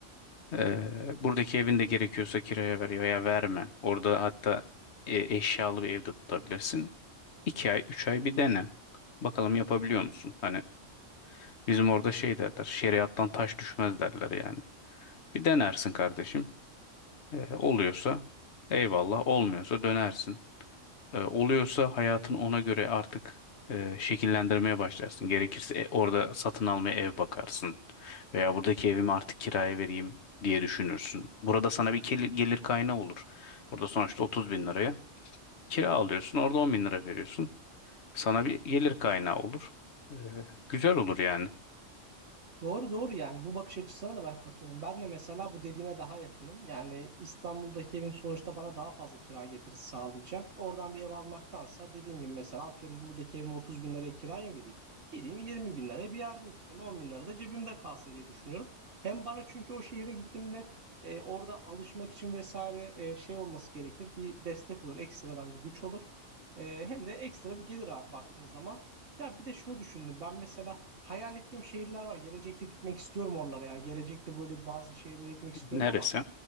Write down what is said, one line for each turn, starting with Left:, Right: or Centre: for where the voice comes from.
Left: Ee, buradaki evin de gerekiyorsa kiraya ver veya verme. Orada hatta e, eşyalı bir evde tutabilirsin. 2 ay 3 ay bir dene. Bakalım yapabiliyor musun? Hani bizim orada şey derler şeriattan taş düşmez derler yani. Bir denersin kardeşim. Ee, oluyorsa eyvallah olmuyorsa dönersin. e, oluyorsa hayatın ona göre artık e, şekillendirmeye başlarsın. Gerekirse e, orada satın almaya ev bakarsın veya buradaki evimi artık kiraya vereyim diye düşünürsün. Burada sana bir gelir, gelir kaynağı olur. Burada sonuçta 30 bin liraya kira alıyorsun, orada 10 bin lira veriyorsun. Sana bir gelir kaynağı olur. E, güzel olur yani.
Right: Doğru doğru yani bu bakış açısına da ben katılıyorum. Ben de mesela bu dediğine daha yakınım. Yani İstanbul'daki evim sonuçta bana daha fazla kira getirisi sağlayacak. Oradan bir ev almaktansa dediğin gibi mesela atıyorum buradaki evime 30 bin liraya kiraya mı vereyim? Gideyim 20 bin liraya bir yerde oturayım 10 bin lira da cebimde kalsın diye düşünüyorum. Hem bana çünkü o şehre gittiğimde e, orada alışmak için vesaire e, şey olması gerekir. Bir destek olur ekstradan bir güç olur. E, hem de ekstra bir gelir abi baktığın zaman. Ya bir de şunu düşündüm ben mesela hayal ettiğim şehirler var. Gelecekte gitmek istiyorum oralara. Yani gelecekte böyle bazı şehirlere gitmek istiyorum
Left: Neresi?
Right: ama